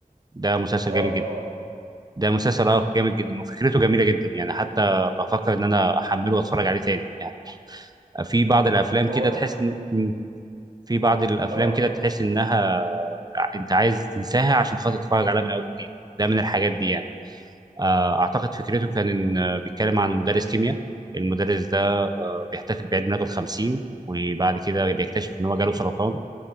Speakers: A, on the right (about 25°); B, on the right (about 60°).
A: ده مسلسل
B: اه
A: جامد جدا
B: طبعا
A: ده مسلسل اه جامد جدا وفكرته جميله جدا يعني حتى بفكر ان انا احمله واتفرج عليه تاني يعني في بعض الافلام
B: هو
A: كده
B: انا
A: تحس ان م، في بعض الافلام
B: اه
A: كده تحس انها انت عايز تنساها عشان خاطر تتفرج عليها من اول وجديد ده من الحاجات دي يعني آه، اعتقد فكرته كان ان آه، بيتكلم عن مدرس كيمياء المدرس ده آه، بيحتفل بعيد ميلاده الخمسين وبعد كده بيكتشف ان هو جاله سرطان